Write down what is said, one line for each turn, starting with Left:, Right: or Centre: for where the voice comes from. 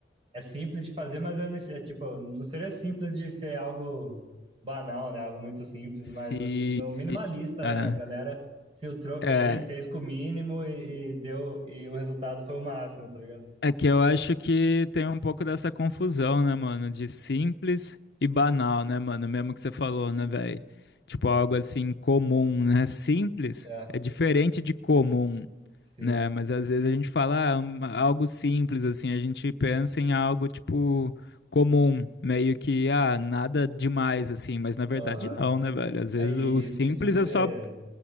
Right: é simples de fazer, mas é, nesse- é, tipo, não seria simples de ser algo banal, né? Algo muito simples,
Left: Se,
Right: mas assim, no
Left: se,
Right: minimalista,
Left: é.
Right: né? A galera filtrou bem,
Left: É,
Right: fez com o mínimo e, e deu e o resultado foi o máximo, tá ligado?
Left: é que eu acho que tem um pouco dessa confusão, né, mano? De simples e banal, né, mano? Mesmo que você falou, né, velho? Tipo, algo assim comum, né? Simples
Right: É,
Left: é diferente de comum,
Right: sim.
Left: né? Mas às vezes a gente fala, ah, um- algo simples, assim, a gente pensa em algo, tipo, comum, meio que, ah, nada demais, assim, mas na verdade
Right: Aham.
Left: não, né, velho? Às vezes
Right: Aí,
Left: o simples
Right: e, e do ser
Left: é só